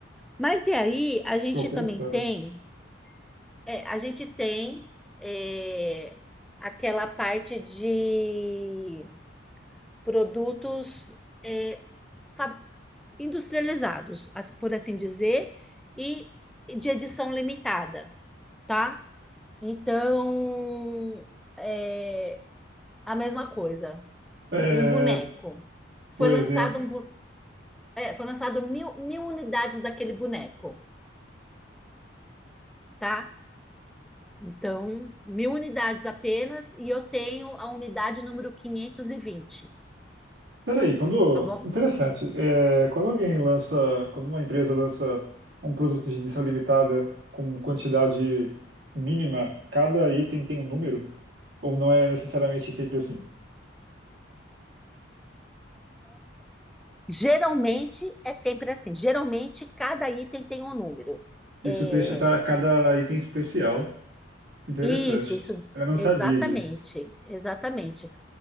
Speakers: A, in the centre; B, on the right.
A: Mas e aí, a gente
B: Estou
A: também
B: pensando.
A: tem, é, a gente tem é, aquela parte de produtos é, fa- industrializados, as- por assim dizer, e de edição limitada, tá? Então, é a mesma coisa.
B: É,
A: Um boneco. Foi
B: por
A: lançado,
B: exemplo.
A: um, bu- é, foi lançado mil, mil unidades daquele boneco, tá? Então, mil unidades apenas, e eu tenho a unidade número quinhentos e vinte
B: Peraí, quando.
A: tá bom?
B: Interessante. É, quando alguém lança. Quando uma empresa lança um produto de edição limitada com quantidade mínima, cada item tem um número? Ou não é necessariamente sempre assim?
A: Geralmente é sempre assim. Geralmente, cada item tem um número.
B: Isso
A: É,
B: deixa ta- cada item especial. Interessante.
A: Isso, isso,
B: Eu não
A: exatamente,
B: sabia disso.
A: exatamente.